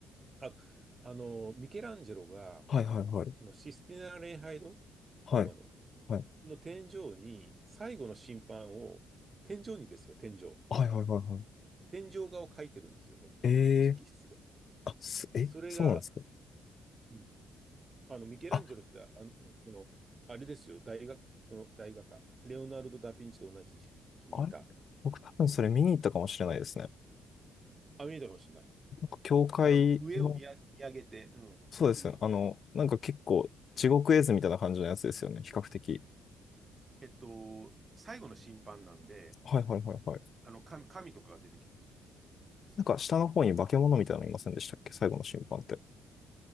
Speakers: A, on the right; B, on the left.
A: あと、あの、ミケランジェロが、
B: はいはいはい。
A: あの、システィナ礼拝堂、
B: はい、
A: ローマの、
B: はい。
A: の天井に、最後の審判を、天井にですよ、天井。
B: はいはいはいはい。
A: 天井画を描いてるんですよね、
B: ええー、
A: 直筆で。
B: あ、す、え、
A: それが、
B: そうなんですか
A: うん、あの、ミケランジェロって、
B: あ、
A: あの、その、あれですよ、大学、その大画家、レオナルド・ダ・ヴィンチと同じ時期にいた。
B: あれ僕多分それ見に行ったかもしれないですね。
A: あ、見えたかもしれない。
B: なんか教会の、
A: あの、上を見上見上げて、うん、
B: そうですね。
A: 見るみたいな。
B: あの、なんか結構地獄絵図みたいな感じのやつですよね。比較的。
A: えっと、最後の審判なんで、
B: はいはいはいはい。
A: あの、神、神とかが出てくるんですよ。
B: なんか下の方に化け物みたいなのいませんでしたっけ最後の審判って。